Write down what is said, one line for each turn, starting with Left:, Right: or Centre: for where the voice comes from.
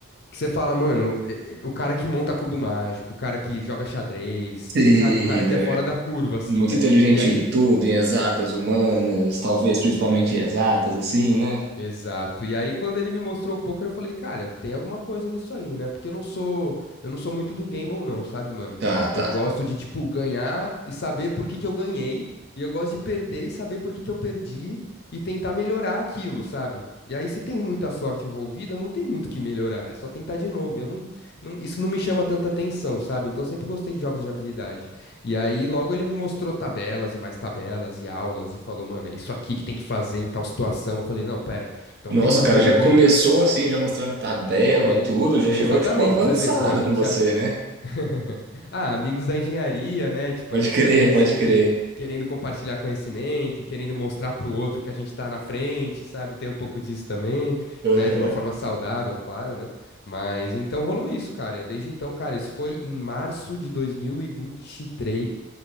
Left: que você fala, mano, é- é- o cara que monta cubo mágico, o cara que joga xadrez,
Right: <laughs> Sim,
Left: sabe? O cara que
Right: né?
Left: é fora da curva, assim,
Right: Muito
Left: né?
Right: inteligente
Left: E aí
Right: em tudo, em exatas, humanas, talvez principalmente em exatas, assim, né?
Left: Exato. E aí, quando ele me mostrou o poker, eu falei, cara, tem alguma coisa nisso aí, né? Porque eu não sou, eu não sou muito do gamble, não, sabe, mano?
Right: Tá, tá.
Left: Eu gosto de, tipo, ganhar e saber por que que eu ganhei. E eu gosto de perder e saber por que que eu perdi e tentar melhorar aquilo, sabe? E aí, se tem muita sorte envolvida, não tem muito o que melhorar, é só tentar de novo. Eu não, não- isso não me chama tanta atenção, sabe? Então, eu sempre gostei de jogos de habilidade. E aí, logo ele me mostrou tabelas e mais tabelas e aulas e falou, mano, é isso aqui que tem que fazer em tal situação. Eu falei, não, pera, então
Right: Nossa,
Left: tem uma
Right: o cara
Left: teoria.
Right: já começou assim, já mostrando tabela,
Left: Não, ele.
Right: tudo, já
Left: Exatamente,
Right: chegou, tipo, avançado
Left: pra você ver, pô, a gente.
Right: com você,
Left: é am-
Right: né?
Left: <laughs> Ah, amigos da engenharia, né? Tipo,
Right: Pode
Left: a gente
Right: crer,
Left: também
Right: pode
Left: sempre
Right: crer.
Left: querendo compartilhar conhecimento e querendo mostrar pro outro que a gente tá na frente, sabe? Tem um pouco disso também,
Right: Aham.
Left: né? De uma forma saudável, claro, né? Mas então rolou isso, cara. e é Desde então, cara, isso foi em março de 2023.